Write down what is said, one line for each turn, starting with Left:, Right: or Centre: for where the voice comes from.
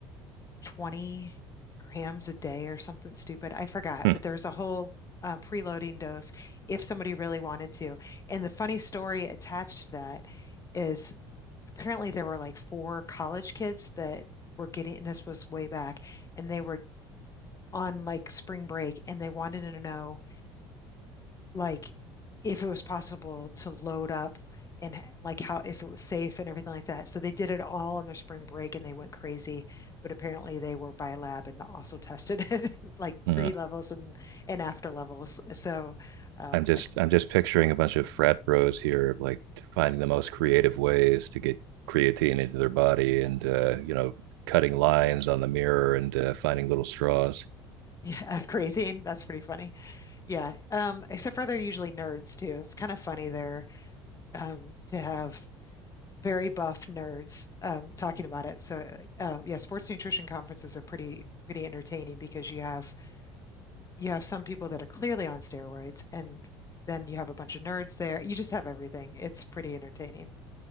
Left: 20 grams a day or something stupid. I forgot,
Right: Hmm.
Left: but there's a whole uh, preloading dose if somebody really wanted to. And the funny story attached to that is apparently there were like four college kids that were getting, and this was way back, and they were on like spring break and they wanted to know like if it was possible to load up and h- like how if it was safe and everything like that. So they did it all on their spring break and they went crazy, but apparently they were by lab and also tested <laughs> it like
Right: Hmm.
Left: pre levels and and after levels. So um
Right: I'm just
Left: I,
Right: I'm just picturing a bunch of frat bros here like finding the most creative ways to get creatine into their body and uh, you know cutting lines on the mirror and uh, finding little straws.
Left: yeah, <laughs> I'm crazy and that's pretty funny. Yeah. Um except for they're usually nerds too. It's kind of funny there um to have very buff nerds um talking about it. So uh, yeah, sports nutrition conferences are pretty pretty entertaining because you have you have some people that are clearly on steroids, and then you have a bunch of nerds there. You just have everything. It's pretty entertaining.